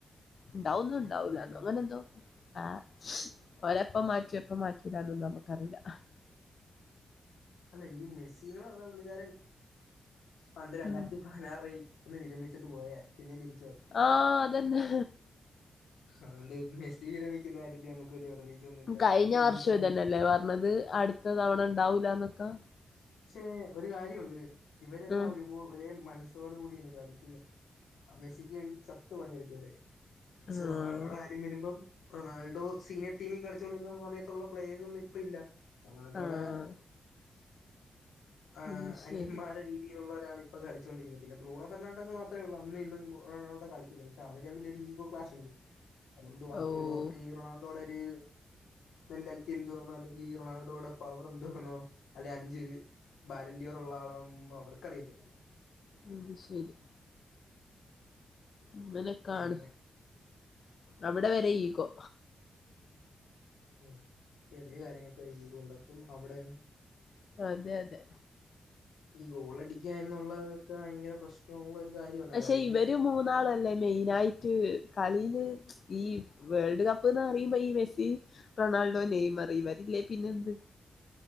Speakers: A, on the left (about 60°); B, on the left (about 85°).
A: ഉണ്ടാവൂന്നൊ
B: അങ്ങനെ
A: ഉണ്ടാവൂലാന്നൊ
B: പറയുന്നത്
A: അങ്ങനെ എന്തോ ആഹ് ഓരെ അപ്പ മാറ്റി
B: ഉം.
A: അപ്പ മാറ്റി പിന്നാനൊന്നും നമുക്കറിയില്ല
B: അല്ല ഈ മെസ്സിന്ന് പറഞ്ഞ പുള്ളിക്കാരൻ പണ്ട് രണ്ടായിരത്തി
A: ഉം
B: പതിനാറിൽ ഒന്ന് വിരമിച്ചിട്ട് പോയേ പിന്നെ തിരിച്ചുവന്ന്
A: ആഹ് അതന്നെ
B: അതൊണ്ട് ഇപ്പ മെസ്സി വിരമി കുന്ന കാര്യത്തില് നമുക്ക് വലിയ പ്രതീക്ഷയൊന്നുമില്ല
A: കഴിഞ്ഞ
B: വിരമിച്ചാല്
A: വർഷം ഇതന്നെല്ലേ പറഞ്ഞത് അടുത്ത തവണ ഇണ്ടാവൂലാന്നൊക്കെ
B: പക്ഷേ ഒരു കാര്യണ്ട് ഇവരെല്ലാം
A: ഉം
B: ഒരുപൊ ഒരേ മനസ്സോടുകൂടിന്ന് കളിക്കുന്ന് ആഹ് മെസ്സിക്ക് വേണ്ടി ചത്ത് പണിയെടുക്കും ഇവര് പക്ഷേ
A: ആഹ്
B: റൊണാൾഡോടെ വരുമ്പം റൊണാൾഡോ സീനിയർ ടീമിൽ കളിച്ചുകൊണ്ടിരുന്ന സയത്തുള്ള പ്ലെയേഴ്സ് ഒന്നും ഇപ്പൊ ഇല്ല റൊണാൾഡോടെ
A: ആഹ്
B: ആഹ്
A: അത് ശരി
B: അനിയന്മാരെ രീതിയിലുള്ളവരാണ് ഇപ്പ കളിച്ചൊണ്ടിരിക്കുന്ന പിന്നെ ബ്രൂണൊ ഫെർണാഡസ് മാത്രേ ഉള്ളു അന്ന് ഇന്നും റൊണാൾഡോടെ കളിക്കുന്ന പക്ഷെ അവര് തമ്മിൽ ഒരു ഈഗോ ക്ലാഷ് ഉണ്ട് അതുകൊണ്ട് ബാക്കിയുള്ളവർക്ക്
A: ഓഹ്
B: ഈ റൊണാൾഡോടെ ഒരു മെന്റാലിറ്റി എന്തുവാണോ അല്ലെങ്കിൽ ഈ റൊണാൾഡോടെ പവർ എന്തുവാന്നൊ അല്ലെ അഞ്ച് ബാലന്ണ്ടിയോറുള്ള ആളാനൊന്നും അവർക്കറിയത്തില്ല
A: അയ് ശരിയാ അങ്ങനെകാണ്
B: അങ്ങ്
A: അവിടെ വരെ ഈഗൊ
B: ഉം ചെറിയ കാര്യങ്ങൾക്ക് ഈഗോ ഉണ്ടപ്പം അവിടെയും
A: അതെ അതെ
B: ഈ ഗോളടിക്കുക എന്നുള്ളതൊക്കെ ഭയങ്കര പ്രശ്നമുള്ള ഒരു കാര്യമാണ്
A: പക്ഷെ
B: അതായത്
A: ഇവര് മൂന്നാളല്ലേ മെയിനായിട്ട് കളിയില് ഈ വേൾഡ് കപ്പ്ന്ന് പറയുമ്പോ ഈ മെസ്സി റൊണാൾഡോ നെയ്മറ് ഇവരില്ലേ പിന്നെ എന്ത്